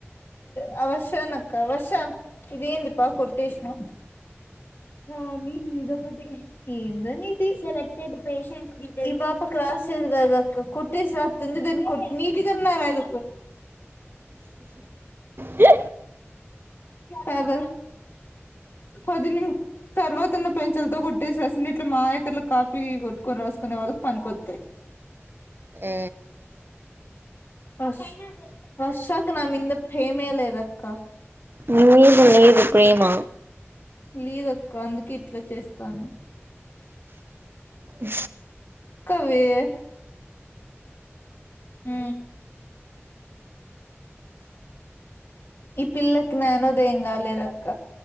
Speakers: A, on the left; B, on the right.
A: వవశ నక్క వర్ష ఇేందిపా కొట్టేష్ ను కా మీ నీదొకటి ఏందు ఇది సెలెక్టెడ్ పేషెంట్స్ పాప క్లాసెస్ అద కొట్టసంది దని కొ నీటిగాన్నాార ఇ
B: ఏ
A: సద పదిని తర్వాతన్న పెంచలతో కొట్టిసిస నట్ల మాయకర్లు కాపీ కొట్టుకొని రాసుకునే వాళ్ళకి పనికొస్తాయి
B: ఆ
A: వష్ వర్షాక నమ్ంద ఫేమేల ఇదక్క
B: నీ మీద లేదు ప్రేమ
A: లీదక్క అందుకె ఇట్లా చేస్తాంది
B: అ
A: కవే ఉ ఈ పిల్లకి నానోదయం కాలేదక్క